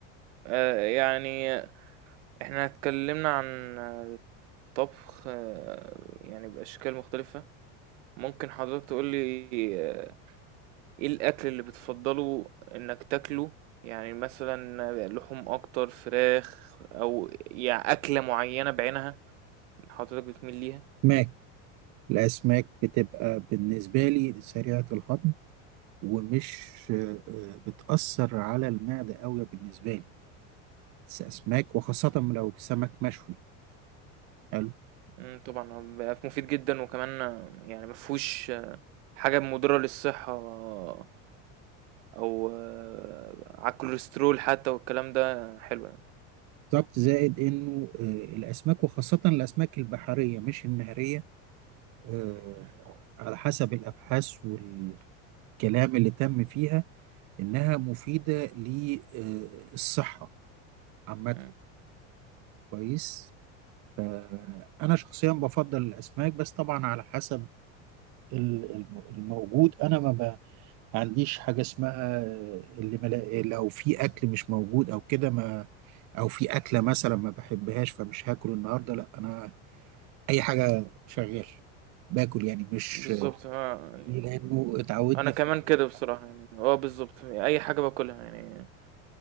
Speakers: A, on the right; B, on the right.
A: آه، يعني احنا اتكلمنا عن طبخ آه، يعني بأشكال مختلفة، ممكن حضرتك تقول لي آه، إيه الأكل اللي بتفضّله إنك تاكله؟ يعني مثلًا لحوم أكتر، فراخ أو يع أكلة معيّنة بعينها حضرتك بتميل ليها؟
B: أسماك الأسماك بتبقى بالنسبة لي سريعة الهضم ومش آه، آه، بتأثر على المعدة قوي بالنسبة لي بس أسماك وخاصة لو سمك مشوي حلو
A: إمم، طبعًا هو بيبقى مفيد جدًا وكمان آه، يعني ما فيهوش حاجة مضرة للصحة آه، أو آه، على الكوليسترول حتى والكلام ده حلو يعني.
B: بالظبط زائد انه آه، الاسماك وخاصه الاسماك البحريه مش النهريه آه،
A: إمم،
B: على حسب الأبحاث والكلام اللي تم فيها إنها مفيدة للصحة عامة
A: إمم،
B: كويس فأنا شخصيا بفضل الأسماك بس طبعا على حسب ال- الم- الموجود أنا ما ب- ما عنديش حاجة اسمها آه، اللي ملا... لو في أكل مش موجود أو كده ما أو في أكلة مثلا ما بحبهاش فمش هاكل النهاردة لا أنا أي حاجة شغال باكل يعني مش
A: بالضبط آه، يعني
B: لأنه اتعودنا
A: أنا كمان كده بصراحة يعني، آه بالضبط، أي حاجة باكلها يعني